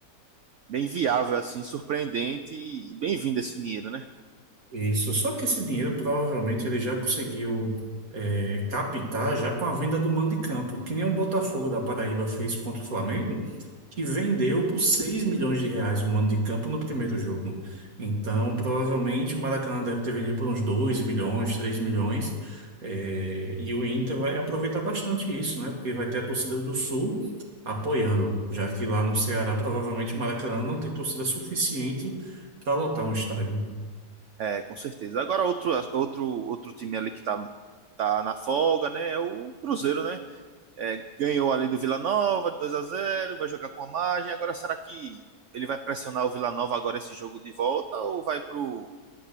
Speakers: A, on the right; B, on the right.
A: bem viável assim, surpreendente e bem-vindo esse dinheiro, né?
B: Isso, só que esse dinheiro provavelmente ele já conseguiu é, captar já com a venda do mando de campo, que nem o Botafogo da Paraíba fez contra o Flamengo, que vendeu por 6 milhões de reais o mando de campo no primeiro jogo. Então, provavelmente o Maracanã deve ter vendido por uns 2 milhões, 3 milhões, é, e o Inter vai aproveitar bastante isso, né? Porque vai ter a torcida do Sul apoiando, já que lá no Ceará provavelmente o Maracanã não tem torcida suficiente para lotar um estádio.
A: É, com certeza. Agora, outro, outro, outro time ali que tá, tá na folga, né? É o Cruzeiro, né? É, ganhou ali do Vila Nova, 2 a zero vai jogar com a margem. Agora, será que ele vai pressionar o Vila Nova agora esse jogo de volta ou vai pro,